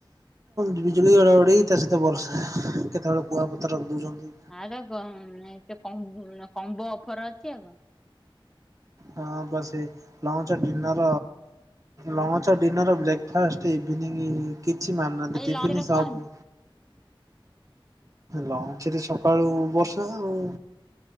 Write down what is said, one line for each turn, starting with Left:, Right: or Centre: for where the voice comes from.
Right: ବିଜୁଳିଘଡଘଡି ତା ସହିତ ବର୍ଷା, କେତେବେଳେ କୁଆପଥର ରଖି ଦଉଚନ୍ତି।
Centre: ଆର କ କମ୍ କମ୍, କମ୍ବୋ ଅଫର୍ ଅଛି ଆଉ କଣ?
Right: ହଁ ପା ସେ, lunch dinner lunch, dinner, breakfast, evening, କିଛି ମାନୁନାହାନ୍ତି,
Centre: ଆଜି
Right: ଟିଫିନ୍
Centre: ଲଞ୍ଚ ରେ
Right: ସବୁ।
Centre: କଣ?
Right: ଲଞ୍ଚ୍ ରେ ସକାଳୁ ବର୍ଷା ଆଉ